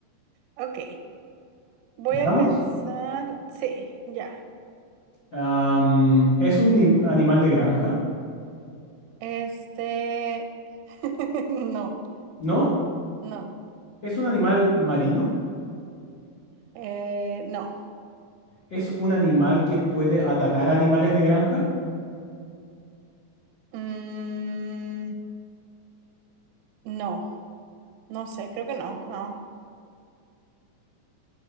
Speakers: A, on the right (about 85°); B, on the left (about 55°).
A: ok, voy
B: ¿Estamos?
A: a pensar, sí, ya.
B: Am, ¿es un ni- animal de granja?
A: Este, <laughs> no,
B: ¿No?
A: no,
B: ¿Es un animal marino?
A: eh, no.
B: ¿Es un animal que puede atacar animales de granja?
A: Mm, no, no sé, creo que no, no.